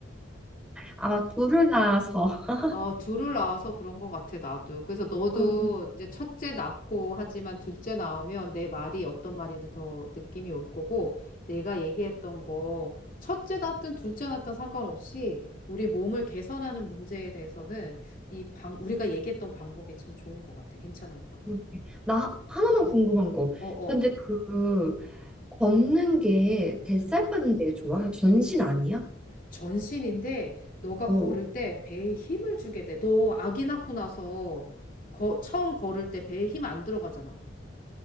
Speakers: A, in the centre; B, on the left.
A: 아마 둘을 낳아서. <laughs>
B: 어, 둘을 낳아서 그런 것 같아, 나도. 그래서 너도
A: 어,
B: 이제 첫째 낳고 하지만 둘째 낳으면 내 말이 어떤 말인지 더 느낌이 올 거고, 내가 얘기했던 거, 첫째 낳든 둘째 낳든 상관없이 우리 몸을 개선하는 문제에 대해서는 이 방, 우리가 얘기했던 방법이 참 좋은 것 같아. 괜찮은 것 같아.
A: 그러게. 나 하나만 궁금한 거.
B: 어, 어.
A: 근데 그 걷는 게 뱃살
B: 음.
A: 빠는 데 좋아? 그냥 전신 아니야?
B: 전신인데 너가
A: 어,
B: 걸을 때 배에 힘을 주게 돼. 너 아기 낳고 나서 거, 처음 걸을 때 배에 힘 안 들어가잖아.